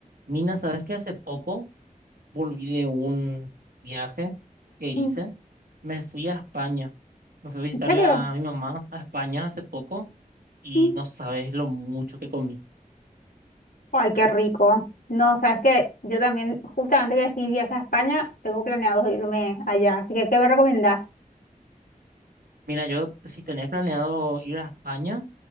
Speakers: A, on the right; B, on the left.
A: Mina, ¿sabes que Hace poco volví de un viaje que hice.
B: Mm,
A: Me fui a España. Me fui a visitar
B: ¿En serio?
A: la- a mi mamá a España hace poco y
B: Mm.
A: no sabes lo mucho que comí.
B: Ay, qué rico. No, sabes que yo también, justamente que decís viaje a España, tengo planeado irme allá. Así que, ¿qué me recomendás?
A: Mira, yo, si tenés planeado ir a España,